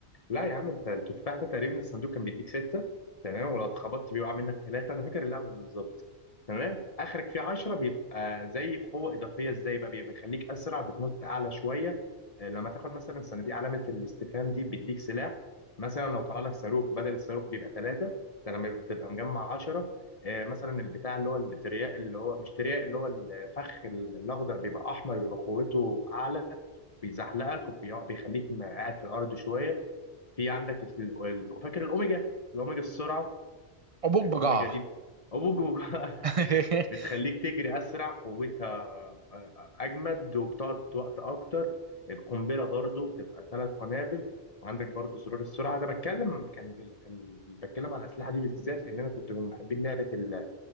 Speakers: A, on the left; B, on the right.
A: لا يا عم انت التفاح ده تقريبا الصندوق كان بيديك ستة تمام ولو اتخبطت بيه وقع منك ثلاثة انا فاكر اللعبة بالظبط تمام اخرك فيه 10 بيبقى زي قوة اضافية ازاي بقى بيبقى بيخليك اسرع بتنط اعلى شوية آه، لما تاخد مثلا صناديق علامة الاستفهام دي بيديك سلاح مثلا لو طلع لك صاروخ بدل الصاروخ بيبقى ثلاثة ده لما بتبقى مجمع 10 آه، مثلا البتاع اللي هو الترياق اللي هو مش ترياق اللي هو الفخ الاخضر بيبقى احمر بيبقى قوته اعلى بيزحلقك وبيخليك قاعد في الارض شوية في عندك ال- ال- فاكر الاوميجا الاوميجا السرعه
B: عبوك
A: الاوميجا
B: بجعه
A: دي أبوج وج- <laughs>
B: <laughs>
A: بتخليك تجري اسرع قوتها آه، اجمد وبتقعد وقت اكتر القنبله برضو بتبقى ثلاث قنابل وعندك برضو زرار السرعه ده بتكلم كان ال- ال- بتكلم عن الاسلحه دي بالذات لان انا كنت من محبين لعبه ال-